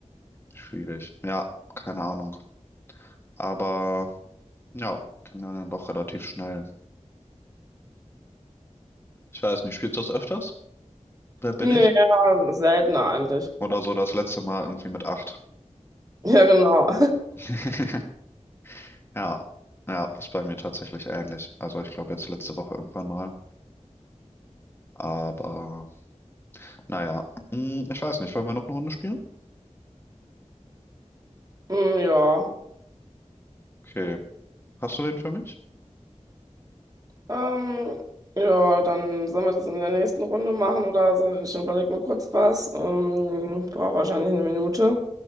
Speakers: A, on the left; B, on the right.
A: schwierig. Ja, keine Ahnung. Aber ja, ging dann doch relativ schnell. Ich weiß nicht, spielst du das öfters? Wer bin
B: Nee,
A: ich?
B: ja, seltener eigentlich.
A: Oder so das letzte Mal irgendwie mit acht.
B: Ja, genau. <laughs>
A: <laughs> Ja, ja, ist bei mir tatsächlich ähnlich. Also ich glaube jetzt letzte Woche irgendwann mal. Aber naja, Hm, ich weiß nicht, wollen wir noch eine Runde spielen?
B: Hm, ja.
A: Okay. Hast du wen für mich?
B: Ähm, ja, dann sollen wir das in der nächsten Runde machen oder so. Ich überlege mir kurz was. Ähm, ich brauche wahrscheinlich eine Minute,